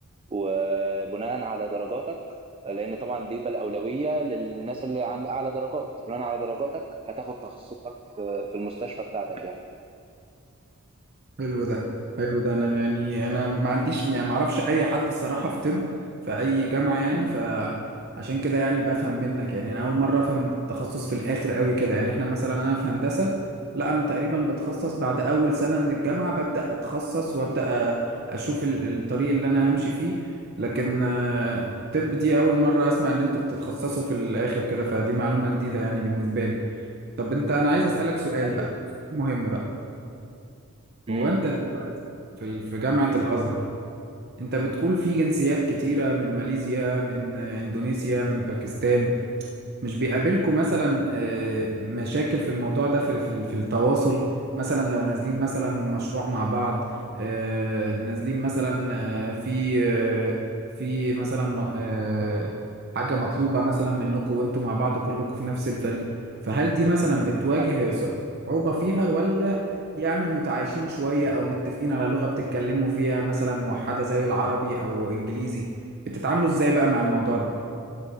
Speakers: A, on the right; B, on the right.
A: وبناء على درجاتك لان طبعا بيبقى الاولويه للناس اللي عند اعلى درجات بناء على درجاتك هتاخد تخصصك في في المستشفى بتاعتك يعني
B: حلو ده حلو ده انا يعني انا ما عنديش يعني ما اعرفش اي حد الصراحه في طب في اي جامعه يعني فعشان كده يعني بفهم منك يعني انا اول مره افهم التخصص في الاخر قوي كده يعني احنا مثلا انا في هندسه لا انا تقريبا بتخصص بعد اول سنه من الجامعه ببدا اتخصص وابدا أ- اشوف ال- الطريق اللي انا همشي فيه لكن آه، الطب دي اول مره اسمع ان انتوا بتتخصصوا في الاخر كده فدي معلومه جديده يعني بالنسبه لي طب انت انا عايز اسالك سؤال
A: ايوه
B: بقى سؤال مهم بقى
A: امم
B: هو انت في ال- في جامعة الأزهر أنت بتقول في جنسيات كتيرة من ماليزيا من آه، إندونيسيا من باكستان مش بيقابلكم مثلا آه، مشاكل في الموضوع ده في في في التواصل مثلا لو نازلين مثلا مشروع مع بعض آه، نازلين مثلا آه، في آه، في مثلا آه، حاجة مطلوبة مثلا منكم وانتوا مع بعض كلكم في نفس الفريق فهل دي مثلا بتواجه
A: ايوه
B: صع- صعوبة فيها ولا يعني متعايشين شوية او متفقين على لغة بتتكلموا فيها مثلا موحدة زي العربي او انجليزي بتتعاملوا ازاي بقى مع الموضوع ده